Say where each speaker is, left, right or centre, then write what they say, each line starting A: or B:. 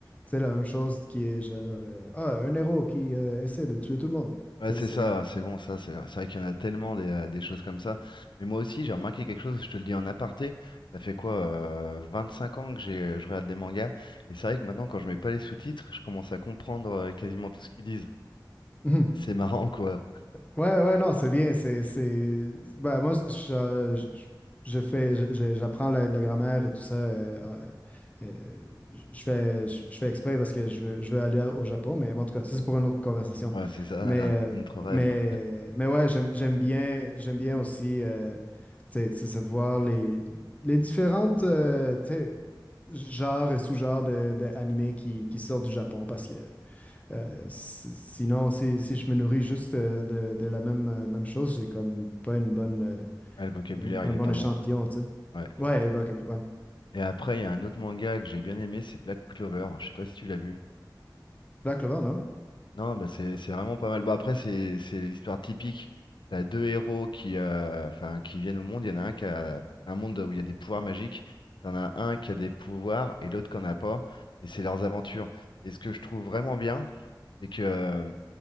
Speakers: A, on the left; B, on the left.
A: tu sais, la même chose qui est genre, euh, ah, un héros qui euh, essaie de tuer tout le monde.
B: Ouais,
A: Tu
B: c'est
A: sais, c'est
B: ça, c'est bon, ça, c'est c'est vrai qu'il y en a tellement des, euh, des choses comme ça. Mais moi aussi, j'ai remarqué quelque chose, je te le dis en aparté, ça fait quoi, euh, cinq ans que j'ai, je regarde des mangas, et c'est vrai que maintenant, quand je mets pas les sous-titres, je commence à comprendre euh, quasiment tout ce qu'ils disent.
A: Mhm.
B: C'est marrant, quoi.
A: Ouais, ouais, non, c'est bien. C'est, c'est... Ben, moi, je, je- je fais, je- je- j'apprends la, la grammaire et tout ça. euh, euh, euh, je fais, je je fais exprès parce que je veux, je veux aller au Japon, mais bon, en tout cas, ça, c'est pour une autre conversation.
B: Ouais, c'est ça,
A: Mais, euh,
B: un- notre rêve.
A: mais, mais ouais, j'aime, j'aime bien, j'aime bien aussi, euh, tu sais, c'est savoir les, les différentes, euh, tu sais, genres et sous-genres de, de animés qui, qui sortent du Japon parce que. Euh, si- sinon, si, si je me nourris juste euh, de, de la même, euh, même chose, j'ai comme pas une bonne, euh,
B: Ouais, le vocabulaire,
A: une- un
B: il est
A: bon
B: pas
A: échantillon,
B: bon.
A: tu sais.
B: Ouais.
A: Ouais, Black, ouais.
B: Et après, il y a un autre manga que j'ai bien aimé, c'est Black Clover, je sais pas si tu l'as vu.
A: Black Clover, non?
B: Non, bah c'est c'est vraiment pas mal. Bon, après, c'est c'est l'histoire typique. T'as deux héros qui, euh, enfin, qui viennent au monde. Il y en a un qui a c'est un monde où il y a des pouvoirs magiques. T'en as un qui a des pouvoirs et l'autre qui en a pas. Et c'est leurs aventures. Et ce que je trouve vraiment bien, c'est que euh,